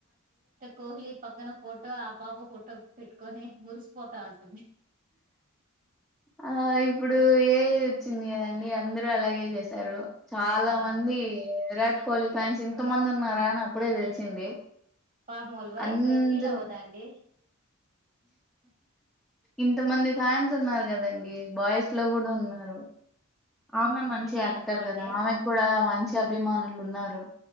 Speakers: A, on the right; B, in the centre.
A: కోహ్లీ పక్కన ఫోటో దిగింది పాప ఫోటో పెట్టుకొని మురిసిపోతాం ఉంటుంది
B: ఆ ఇప్పుడు ఏఐ వచ్చింది కదండి అందరూ అలాగే చేశారు చాలా
A: ఆ!
B: మంది విరాట్ కోహ్లీ ఫ్యాన్స్ ఇంత మంది ఉన్నారా అని అప్పుడే తెలిసింది
A: పాపం వాళ్ళ వైఫ్
B: అందరూ
A: ఫీల్ అవ్వదా అండి
B: ఇంతమంది ఫ్యాన్స్ ఉన్నారు కదండి బాయ్స్ లో కూడా ఉన్నారు ఆమె మంచి
A: నిజమే
B: యాక్టర్
A: అనుకోండి.
B: కదా ఆమెకి కూడా మంచి అభిమానులు ఉన్నారు